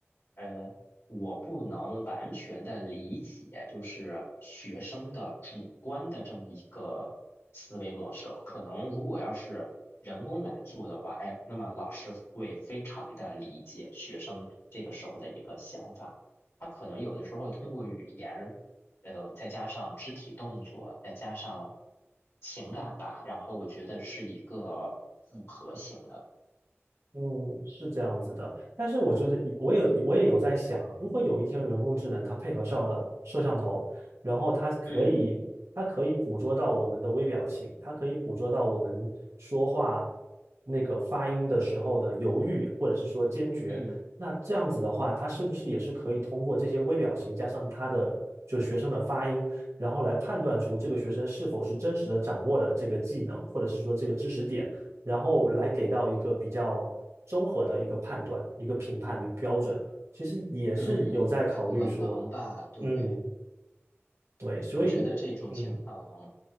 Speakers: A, on the left; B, on the right.
A: 呃。我不能完全的理解，就是学生的主观的这么一个思维模式。可能如果要是人工来做的话，哎，那么老师会非常的理解学生这个时候的一个想法。他可能有的时候通过语言，呃，再加上肢体动作，再加上情感吧，然后我觉得是一个复合型的。
B: 嗯，是这样子的，但是我觉得我有我也有在想啊，如果有一天人工智能它配合上了摄像头，然后它可以它可以捕捉到我们的微表情，
A: 嗯
B: 它可以捕捉到我们说话那个发音的时候的犹豫或者是说坚决，
A: 嗯
B: 那这样子的话，它是不是也是可以通过这些微表情加上它的就学生的发音，然后来判断出这个学生是否是真实的掌握了这个技能或者是说这个知识点？然后来给到一个比较综合的一个判断、一个评判与标准，其实也是有在考虑说，
A: 嗯，可能吧，对。
B: 嗯，对，所以，
A: 我觉得这种情况
B: 嗯